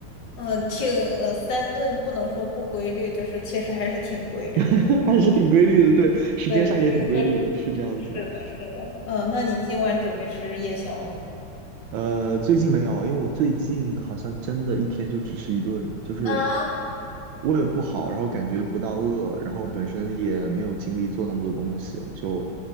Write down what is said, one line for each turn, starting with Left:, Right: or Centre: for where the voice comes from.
Left: 嗯，挺呃，三顿不能说不规律，就是其实还是挺规律的。
Right: <laughs> 还是挺规律的，对，时间上也挺规律的，
Left: 对，这个确实
Right: 是这样子
Left: 是的，是的。嗯，那你今晚准备吃夜宵吗？
Right: 呃，最近没有，因为我最近好像真的一天就只吃一顿，就是
Left: 啊，
Right: 胃不好，然后感觉不到饿，然后本身也没有精力做那么多东西，就